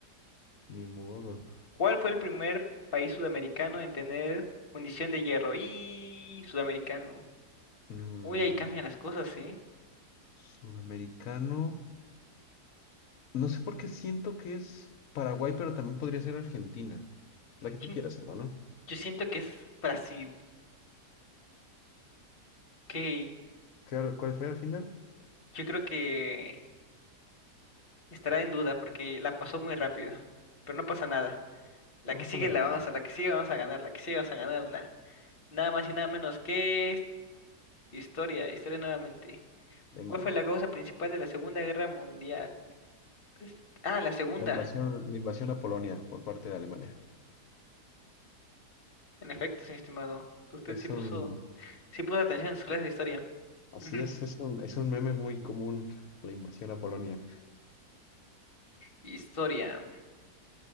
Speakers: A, on the left (about 60°); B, on the left (about 40°).
A: <laughs> Ni modo.
B: ¿Cuál fue el primer país sudamericano en tener fundición de hierro? Y sudamericano.
A: Mm,
B: Uy, ahí cambian las cosas, ¿eh?
A: sudamericano. No sé por qué siento que es Paraguay, pero también podría ser Argentina. La que
B: Chin-
A: tú quieras, hermano.
B: Yo siento que es Brasil. Ok,
A: ¿Qué- ¿Cuál fue al final?
B: yo creo que estará en duda porque la pasó muy rápido. Pero no pasa nada. La
A: No
B: que
A: pasa
B: sigue
A: nada.
B: la vamos a, la que sigue vamos a ganar, la que sigue vamos a ganarla. Nada más y nada menos que historia, historia nuevamente.
A: Venga.
B: ¿Cuál fue la causa principal de la Segunda Guerra Mundial? Pues, ah, la segunda.
A: La invasión, la invasión a Polonia por parte de Alemania.
B: En efecto, sí, mi estimado. Usted
A: Es
B: sí puso.
A: un,
B: Sí puse atención en sus clases de historia.
A: así
B: <laughs>
A: es, es un, es un meme muy común, la invasión a Polonia.
B: Historia.